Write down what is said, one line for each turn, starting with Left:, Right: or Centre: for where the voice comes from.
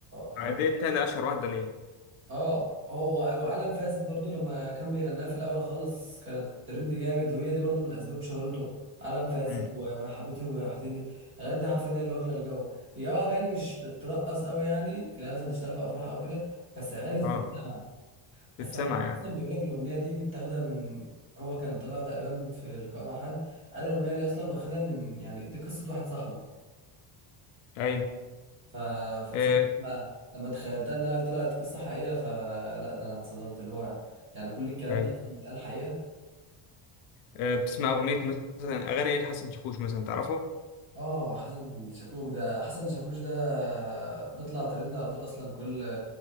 Right: حلوه
Left: آه، دي انت اشهر واحده ليه
Right: اه هو وعالم فاسد برضو لما كان بيغناها في الاول خالص كانت ترند جامد وهي دي برضو من اسباب شهرته عالم فاسد
Left: مم.
Right: و- وانا حبيته وريحتني الاغاني دي حرفيا هي اللي واكله الجو هي اه اغاني مش بترقص قوي يعني لا مثلا تشتغل في افراح او كده بس اغاني تتسمع
Left: اه
Right: بس
Left: بتسمع
Right: على فكره
Left: يعني
Right: اصلا بيقول لك الاغنيه دي متاخده من هو كان طلع تقريبا في لقاء مع حد قال الاغنيه دي اصلا واخدها من يعني دي قصه واحد صاحبه
Left: ايوه
Right: ف... فبصراحة
Left: آه،
Right: لما لما تخيلتها انها طلعت قصة حقيقية فلا ده انا اتصدمت اللي هو يعني كل الكلام
Left: ايوه
Right: ده اصلا بيتقال حقيقة
Left: آه، بتسمع اغنيه مثلا اغاني ايه لحسن شاكوش مثلا تعرفه
Right: اه حسن شاكوش ده حسن شاكوش ده بيطلع ترند على طول اصلا كل